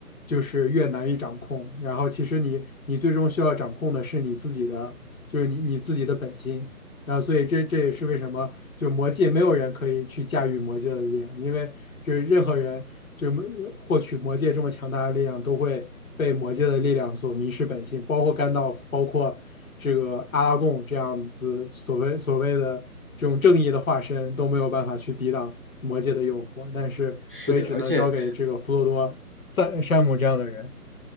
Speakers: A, on the left; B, on the right.
A: 就是越难以掌控。然后其实你你最终需要掌控的是你自己的，就是你你自己的本心。然后所以这这也是为什么。就魔界没有人可以去驾驭魔界的力量，因为就是任何人就没获取魔界这么强大的力量，都会被魔界的力量所迷失本性，包括甘道夫，包括这个阿拉贡这样子所谓所谓的这种正义的化身都没有办法去抵挡魔界的诱惑，但是所以只能交给这个弗罗多、
B: 是的，而且
A: 三山姆这样的人。